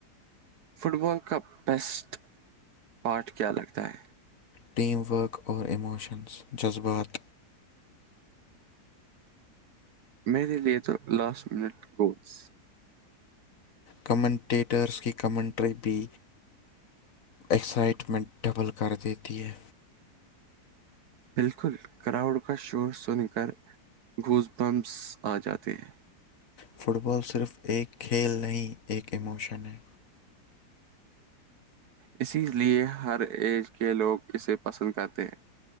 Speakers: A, on the right; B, on the left.
A: فٹ بال کا بیسٹ پارٹ کیا لگتا ہے
B: ٹیم ورک اور ایموشنز جذبات
A: میرے لیے تو لاسٹ منٹ گڈس
B: کمنٹیٹرز کی کمنٹری بی ایکسائٹمنٹ ڈبل کر دیتی ہے
A: بالکل کراؤڈ کا شور سن کر گھوس بمس آ جاتے ہیں
B: فٹ بال صرف ایک کھیل نہیں ایک ایموشن ہے
A: اسی لئے ہر ایج کے لوگ اسے پسند کرتے ہیں